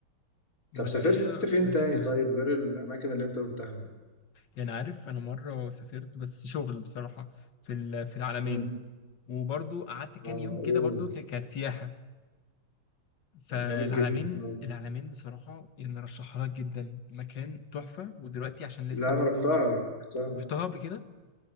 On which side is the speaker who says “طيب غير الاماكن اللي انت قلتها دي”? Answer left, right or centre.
Left